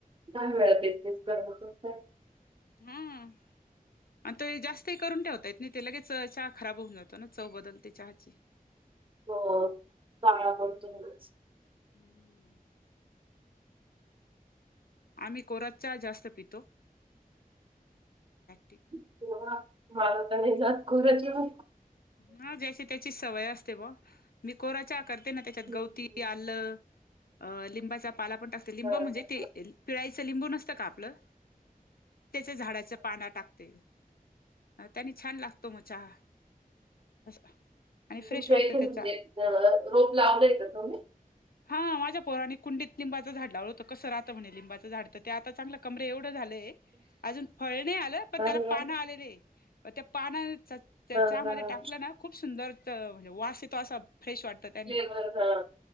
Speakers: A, on the right; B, on the left.
A: दहा वेळा तेच तेच कर म बसत
B: हंम अन तोही जास्तही करून ठेवता येत नाही ते लगेच चहा खराब होऊन जातो ना, चव बदलते चहाची.
A: हो काळा पडतो
B: हम्म
A: लगेच
B: हम्म आम्ही कोराच चहा जास्त पितो टी
A: कोरा, मला तर नाही जात, कोरा चहा
B: हा, ज्याची त्याची सवय असते बुआ, मी कोरा चहा करती ना त्याच्यात
A: हम्म.
B: गवती, आलं, लिंबाचा पाला पण टाकते लिंब
A: हा.
B: म्हणजे ते ते पिळायचं लिंबू नसतं का आपलं. त्यांच्या झाडाची पान टाकते, त्याने छान लागतो चहा. आणि फ्रेश
A: तुमच्या
B: वाटत
A: इथे म्हणजे
B: त्यानं.
A: अ रोप लावले का तुम्ही?
B: हा माझ्या पोरांनी कुंडीत लावलं होतं, कसं राहतं म्हणे लिंबाचे झाड त्यात आता चांगलं कमरे एवढं झालंय, अजुन फळ नाही आल पण
A: अरे
B: तेला
A: वा
B: पान आलेली हाय. म त्या पानांचा त्या
A: हा
B: चहामध्ये
A: हा हा
B: टाकलं ना खूप सुंदर तर म्हणजे वास येतो असं फ्रेश वाटतं. त्याने
A: फ्लेवर हा